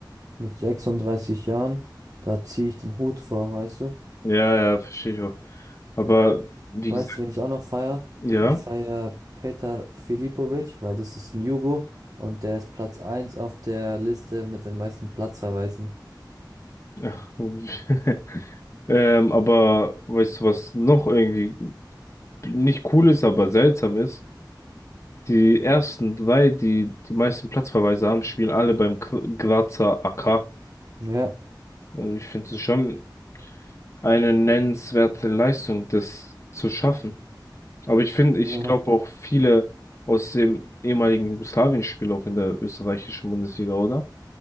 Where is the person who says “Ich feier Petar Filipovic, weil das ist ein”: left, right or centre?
Right